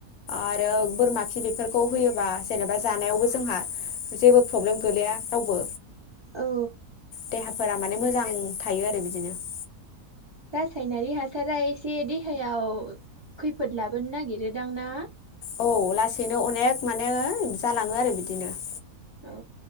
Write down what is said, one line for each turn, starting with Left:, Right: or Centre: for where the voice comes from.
Left: आरो बोरमा खि बे <inaudible> होयोबा जेनेबा जानायावबो जोंहा जेबो <inaudible> प्रब्लेम गोलैया रावबो
Right: औ
Left: देहाफोरा माने मोजां <inaudible> थायो आरो बिदिनो <inaudible>
Right: रा-रासायनारि हासारा एसे देहायाव खैफोद लाबोनो नागिरोदां ना?
Left: औ लासैनो अनेक माने जालाङो आरो बिदिनो <inaudible>
Right: औ।